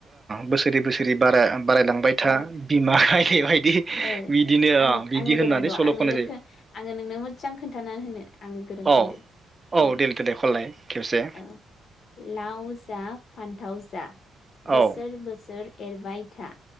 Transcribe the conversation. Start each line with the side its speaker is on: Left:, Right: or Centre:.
Right: बोसोरै बोसोरै बारा बारायलांबाय था
Left: ए
Right: बिमा गायदे
Left: आं
Right: बायदि बिदिनो बिदि
Left: आङो
Right: होननानै
Left: गोरोंथ'
Right: सल'
Left: आं
Right: खननाय
Left: नोङो
Right: जायो
Left: आङो नोंनो मोजां खोनन्थानानै होनो आं गोरों
Right: औ
Left: खनो।
Right: औ
Left: उम
Right: देल देलाय खनलाय खेबसे
Left: औ लाव जा फान्थाव जा दा बोसोर
Right: औ
Left: बोसोर एरबाय था।